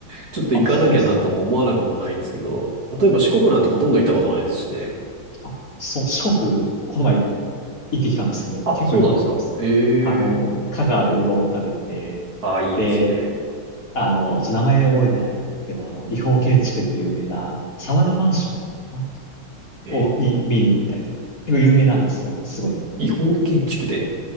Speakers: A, on the right (about 50°); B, on the left (about 45°).
A: ちょっと行かなきゃなとも思わなくもないんですけど、
B: あ、そうですか。
A: 例えば四国なんてほとんど行ったことないですしね。
B: あ、そう、四国、この前行ってきたんですけど、
A: あ、
B: 結構良かったです。
A: そうなんですか。ええ。
B: あの、香川でうどんを食べて、
A: あ、いいですね。
B: であの、ちょっと名前覚えてないんですけど、あの、違法建築で有名な、沢田マンションかな
A: え、
B: を、に見に行ったりとか、結構有名なんですよ。すごい。
A: 違法建築で